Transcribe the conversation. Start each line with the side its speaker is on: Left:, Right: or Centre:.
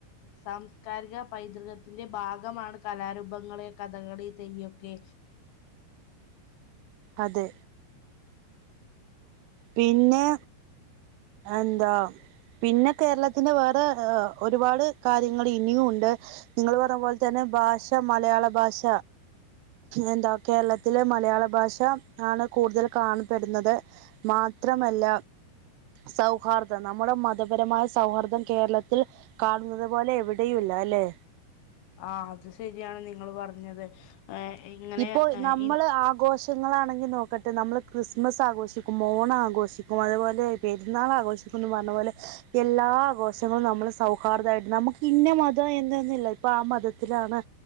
Left: സാംസ്കാരിക പൈതൃകത്തിന്റെ ഭാഗമാണ് കലാരൂപങ്ങള്െ കഥകളി തെയ്യൊക്കെ
Right: അതെ പിന്നെ എന്താ പിന്നെ കേരളത്തിന്റെ വേറെ ഒരുപാട് കാര്യങ്ങൾ ഇനിയും ഉണ്ട് നിങ്ങൾ പറഞ്ഞപോലെ തന്നെ ഭാഷ മലയാള ഭാഷ എന്താ കേരളത്തിലെ മലയാള ഭാഷ ആണ് കൂടുതൽ കാണപ്പെടുന്നത് മാത്രമല്ല സൗഹാർദം നമ്മുടെ മതപരമായ സൗഹാർദം കേരളത്തിൽ കാണുന്നത് പോലെ എവിടെയയുംല്ല അല്ലെ
Left: ആ അത് ശരിയാണ് നിങ്ങ പറഞ്ഞത് ഇങ്ങനെ
Right: ഇപ്പോ നമ്മള് ആഘോഷ നിങ്ങൾ ആണെങ്കിൽ നോക്കട്ടെ നമ്മൾ ക്രിസ്മസ് ആഘോഷിക്കും ഓണം ആഘോഷിക്കും അതുപോലെ പെരുന്നാൾ ആഘോഷിക്കുംന്ന് പറഞ്ഞപോലെ എല്ലാ ആഘോഷങ്ങളും നമ്മള് സൗഹാർദ്ദമായിട്ട് നമുക്ക് ഇന്ന മതം എന്തന്നില്ല ഇപ്പൊ ആ മതത്തിലാണ്